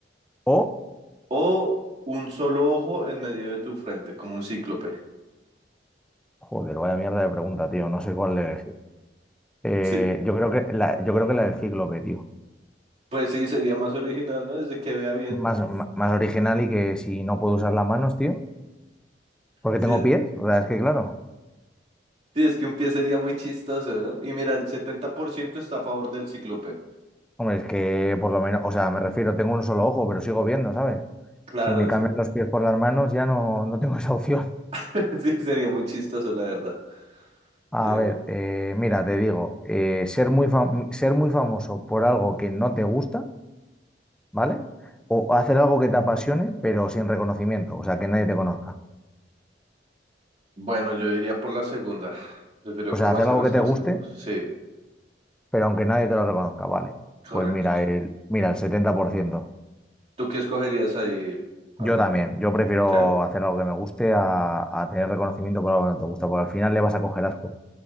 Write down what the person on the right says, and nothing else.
o un solo ojo en medio de tu frente, como un cíclope.
Sí.
Pues sí, sería más original, ¿no? Desde que vea bien.
Sí,
es
sí, es que un pie sería muy chistoso, ¿no? Y mira, el 70% está a favor del cíclope.
Claro,
sí.
<laughs> Sí, sería muy chistoso, la verdad.
Sería
muy...
Bueno, yo diría por la segunda. Prefiero
cómo
hacer
las
cosas
que me gustan. Sí,
correcto.
sí.
¿Tú qué escogerías ahí, Álvaro?
¿Cerdo?